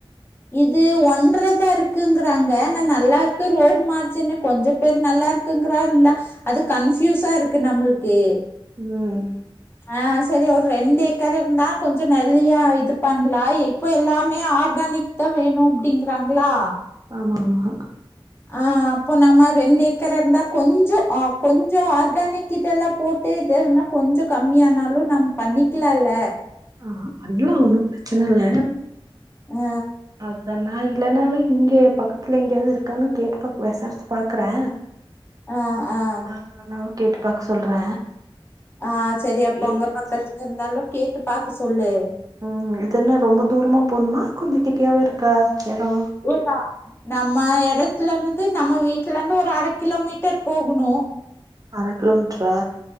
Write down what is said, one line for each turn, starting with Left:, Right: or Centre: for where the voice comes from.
Left: இது ஒன்றதா இருக்குங்குறாங்க ஆனா நல்லா இருக்கு ரோட் மார்ஜினு கொஞ்ச பேரு நல்லா இருக்குங்கறா இல்ல அது கன்ஃபியூஸா இருக்கு நம்மளுக்கு
Right: உம்
Left: ஆஹ் செரி ஒரு ரெண்டு ஏக்கர் இருந்தா கொஞ்சோ நெல்லியா இது பண்லா இப்ப எல்லாமே ஆர்கானிக் தா வேணு அப்டிங்கிறாங்ளா
Right: ஆமா ஆமா
Left: ஆஹ் அப்போ நம்ம ரெண்டு ஏக்கர் இருந்தா கொஞ்சோ ஆஹ் கொஞ்சோ ஆர்கானிக் இதெல்லா போட்டு இதுன்னா கொஞ்ச கம்மியானாலு நம் பண்ணிக்கிலால்ல
Right: ஆஹ் பண்லா ஒன்னு பிரச்சன இல்ல
Left: ஆ
Right: அதனால் இல்லனாலு இங்கே பக்கத்துல எங்யாவ்து இருக்கானு கேட்டு பாக்கு வெசாரிச்சு பாக்குறே
Left: ஆ ஆ
Right: அஹ் நா கேட்டு பாக்க சொல்றே
Left: ஆஹ் செரி அப்போ
Right: இருந்துச்சுன்னா
Left: அங்க பக்கத்துல இருந்தாலு கேட்டுப் பாக்க சொல்லு
Right: அஹ்ம் இதென்ன ரொம்ப தூரமா போணுமா கொஞ்ச கிட்டியாவே இருக்கா எடோ
Left: ஏக்கா நம்ம எடத்துலருந் ந்து நம்ம வீட்லருந்து ஒரு அரக் கிலோமீட்டர் போகணு
Right: அர கிலோமீட்ரா